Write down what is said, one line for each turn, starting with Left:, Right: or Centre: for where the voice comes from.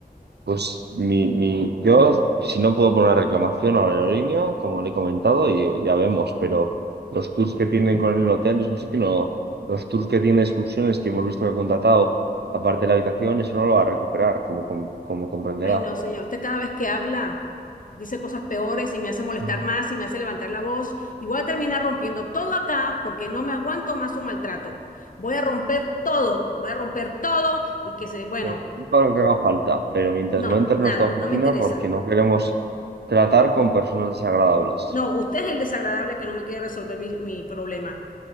Right: Pues mi, mi, yo, si no puedo poner una reclamación a la aerolínea, como le he comentado, y ya vemos, pero los tours que tienen con el hotel, eso sí que no, los tours que tienen excursiones que hemos visto que ha contratado, aparte de la habitación, eso no lo va a recuperar, como, com- como comprenderá.
Left: Ay, no, señor, usted cada vez que habla dice cosas peores y me hace molestar
Right: Mm.
Left: más y me hace levantar la voz y voy a terminar rompiendo todo acá porque no me aguanto más un maltrato. Voy a romper todo, voy a romper todo y que se, bueno.
Right: Pues, Para lo que haga falta, pero mientras
Left: No,
Right: no entre en
Left: nada,
Right: nuestra oficina,
Left: no me interesa.
Right: porque no queremos tratar con personas desagradables.
Left: No, usted es el desagradable que no me quiere resolver mi, mi problema.